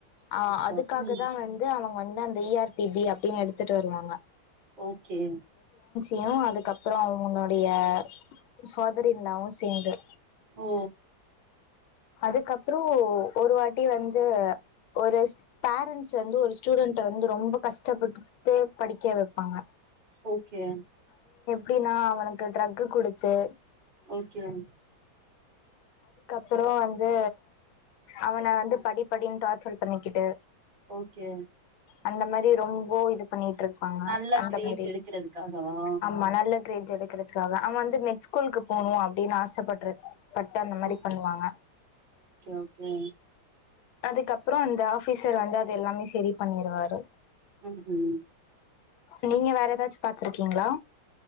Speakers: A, on the right; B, on the left.
A: அச்சச்சோ
B: ஆ அதுக்காகதா
A: ம்
B: வந்து அவங் க வந்து அந்த இ ஆர் பி டி அப்டின்னு எடுத்துட்டு வருவாங்க
A: ஓகே
B: யு அதுக்கப்பறோ அவனோ டய ஃபாதர் இன் லாவு சேந்து
A: ஓ
B: துக் அப்புற ஒரு வாட்டி வந்து ஒரு ஸ் பேரண்ட்ஸ் வந்து ஸ்டூடண்ட்டா வந்து ரொம்ப கஷ்டபட்டு படிக்க வைபாங்க
A: ஓக்கே
B: கே நா அவனுக்கு ட்ரகு கொடுத்து
A: ஓக்கேம்
B: அப்புற வந்து அவன ந்து படி படின் டார்ச்சல் பண்ணிக்கிட்டு
A: ஓகே
B: அந்த மாரி ரொம்ப இது பண்ணிட்டுருப்பாங்க
A: நல்ல
B: அந்த
A: கிரேட்ஸ்
B: மாரி
A: எடுக்கறதுக்காகவா
B: ஆம்மா நல்ல பேஜ் எடுக்கறதுக்காகா அவ வந்து மெட் ஸ்கூல்கு போவான் அபடின் ஆசப்படறது பட்ட அந்த மாரி
A: ஓக்கே
B: பண்ணுவாங்க
A: ஓக்கே
B: அதுக் அப்புற அந்த ஆபிசர் வந்து அது எல்லாமே செரி பண்ணிருவாரு
A: ம் ம்
B: நீங்க வேற ஏதாச்சி பாத்துருக்கிங்ளா